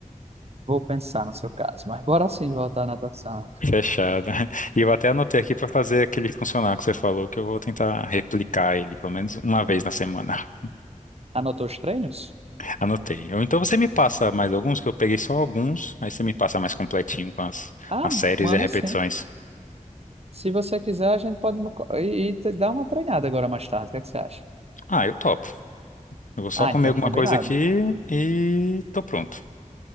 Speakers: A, on the right (about 45°); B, on the left (about 65°).
A: vou pensar no seu caso, mas bora sim voltar à natação.
B: Fechado. <laughs> E eu até anotei aqui para fazer aquele funcionar que você falou, que eu vou tentar replicar ele pelo menos uma vez na semana. <laughs>
A: Anotou os treinos?
B: Anotei. Ou então você me passa mais alguns, que eu peguei só alguns, aí você me passa mais completinho com as,
A: Ah,
B: as séries
A: mando
B: e repetições.
A: sim. Se você quiser, a gente pode mo- e, e te- dar uma treinada agora mais tarde, o que é que você acha?
B: Ah, eu topo. Eu vou só
A: Ah,
B: comer
A: então
B: alguma
A: combinado.
B: coisa aqui e tô pronto.